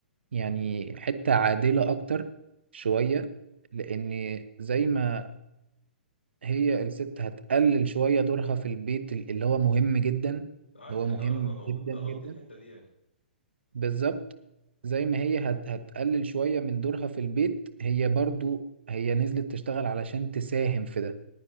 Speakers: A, on the right (about 65°); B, on the left (about 80°).
A: يعني حتة عادلة اكتر شوية لان زي ما هي الست هتقلل شوية دورها في البيت ال- اللي هو مهم جدا
B: عادي
A: اللي هو
B: أنا
A: مهم
B: كمان هبقى موجود
A: جدا
B: أغطي
A: جدا
B: الحتة دي يعني
A: بالظبط زي ما هي هت هتقلل شوية من دورها في البيت هي برضو هي نزلت تشتغل علشان تساهم في ده